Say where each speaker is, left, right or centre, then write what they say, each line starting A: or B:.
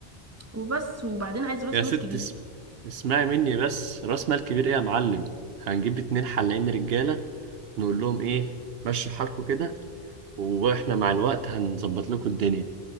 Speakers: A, on the right; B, on the right.
A: وبس وبعدين عايز راس
B: يا ست
A: مال كبير
B: اس- اسمعي مني بس راس مال كبير ايه يا معلم هنجيب اتنين حلاقين رجاله نقول لهم ايه مشوا حالكوا كده واحنا مع الوقت هنظبط لكم الدنيا